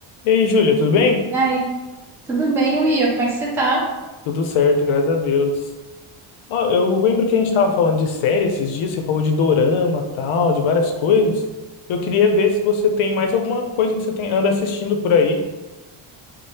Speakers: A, on the left (about 70°); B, in the centre.
A: E aí, Júlia, tudo bem?
B: E aí, tudo bem, Will? Como é que você tá?
A: Tudo certo, graças a Deus. Ó, eu lembro que a gente estava falando de série esses dias, você falou de dorama, tal, de várias coisas. Eu queria ver se você tem mais alguma coisa que você tem, anda assistindo por aí.